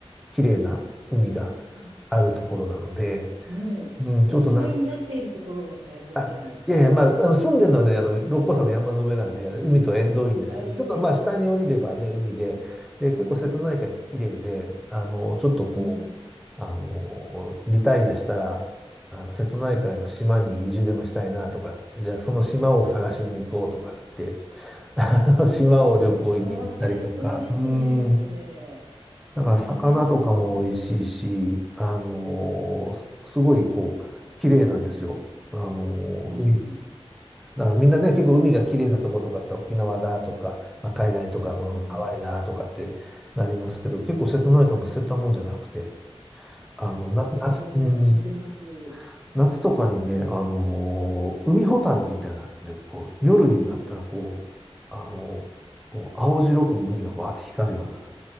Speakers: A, in the centre; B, on the right (about 70°).
A: 綺麗な海が
B: あ、
A: あるところなので、
B: もうお住まいになっているところが最高じゃないですか、
A: うん、ちょっとな、あ、いやいや、
B: それ。
A: まあ、あの住んでるのはね、あの、六甲山の山の上なんで、海と縁遠いんですけど、
B: あ、いいですね。
A: ちょっとまあ、下に降りればね、
B: はい。
A: 海で、で、結構瀬戸内海って綺麗で、あの、ちょっとこ
B: うん。
A: う、あの、リタイアしたら、あの、瀬戸内海の島に移住でもしたいなとかつって、じゃあその島を探しに行こうとかつって、あの島を旅行に行ったりとか、
B: ああ、最高ですね、
A: うん、
B: それ。
A: だから魚とかも美味しいし、
B: へえ。
A: あの、すすごいこう、綺麗なんですよ。あの、
B: うんうん。
A: 海。だからみんなね、結構海が綺麗なとことかって沖縄だとか、まあ、海外とかのハワイだとかってなりますけど、
B: うん。
A: 結構瀬戸内海も捨てたもんじゃなくて、あの、
B: いや、
A: な、
B: いいところだって聞いてます。
A: 夏、うん
B: うん。
A: 夏とかにね、あのー海ホタルみたいなんで、こう、夜になったら、こう、あのーこう、青白く海がバーって光るような、